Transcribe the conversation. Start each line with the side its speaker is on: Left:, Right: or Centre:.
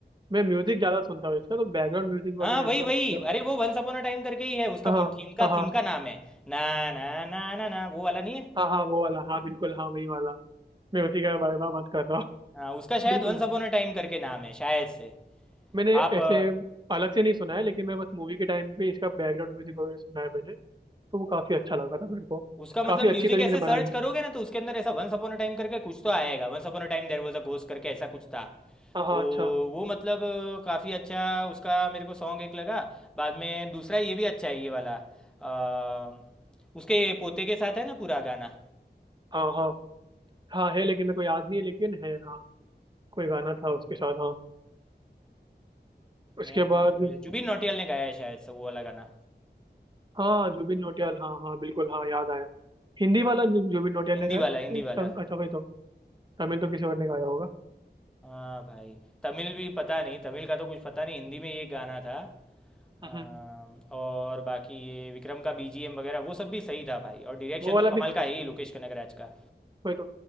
Right: मैं म्यूजिक ज्यादा सुनता हूँ इसका तो बैकग्राउंड म्यूजिक वगैरह
Centre: हाँ वही
Right: एकदम
Centre: वही
Right: मतलब
Centre: अरे वो वंस अपॉन अ टाइम करके ही है उसका
Right: हाँ
Centre: थीम का
Right: हाँ हाँ
Centre: थीम का नाम है ना ना ना ना ना वो वाला नहीं है
Right: हाँ हाँ वो वाला हाँ बिल्कुल हाँ वही वाला मैं उसी का बारे में बात कर रहा हूँ
Centre: हाँ उसका शायद
Right: <laughs> बिल्कुल
Centre: वंस
Right: हाँ
Centre: अपॉन अ टाइम करके नाम है शायद से
Right: मैंने
Centre: आप
Right: ऐसे
Centre: अ,
Right: अलग से नहीं सुना है लेकिन मैं बस मूवी के टाइम पे इसका बैकग्राउंड म्यूजिक वगैरह सुना है मैंने तो वो काफी अच्छा लगा था मेरे को
Centre: उसका मतलब
Right: काफी
Centre: म्यूजिक
Right: अच्छी तरीके
Centre: ऐसे
Right: से
Centre: सर्च
Right: बनाई है
Centre: करोगे ना तो उसके अंदर ऐसा वंस अपॉन अ टाइम करके कुछ तो आएगा once upon a time there was a ghost करके ऐसा कुछ था
Right: हाँ हाँ
Centre: तो
Right: अच्छा
Centre: वो मतलब अ, काफी अच्छा उसका मेरे को सॉन्ग एक लगा बाद में दूसरा ये भी अच्छा है ये वाला अ, उसके पोते के साथ है ना पूरा गाना
Right: हाँ हाँ हाँ है लेकिन मेरे को याद नहीं है लेकिन है हाँ कोई गाना
Centre: हाँ,
Right: था उसके साथ हाँ उसके
Centre: मैं
Right: बाद
Centre: नाम जुबिन नौटियाल ने गाया है शायद से वो वाला गाना
Right: हाँ जुबिन नौटियाल हाँ हाँ बिल्कुल हाँ याद आया हिंदी वाला जु- जुबिन नौटियाल
Centre: हिंदी
Right: ने गाया
Centre: वाला हिंदी
Right: फिर
Centre: वाला
Right: तम, अच्छा वही तो
Centre: हाँ
Right: तमिल तो किसी और ने गाया होगा
Centre: हाँ भाई तमिल भी पता नहीं तमिल का तो कुछ पता नहीं हिंदी में ये गाना था अम,
Right: हम्म,
Centre: और बाकी ये विक्रम का बीजीएम वगैरह वो सब भी सही था भाई और डायरेक्शन
Right: वो वाला
Centre: तो कमाल
Right: भी
Centre: का है ही लोकेश कनगराज का
Right: वही तो